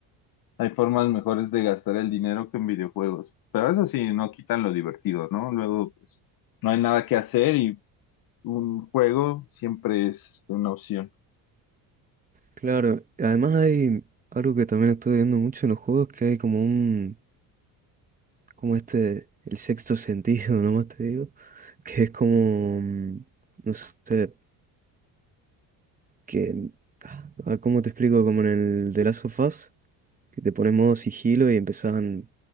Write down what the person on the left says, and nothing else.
Hay formas mejores de gastar el dinero que en videojuegos, pero eso sí, no quitan lo divertido, ¿no? Luego, pues, no hay nada que hacer y un juego siempre es este, una opción.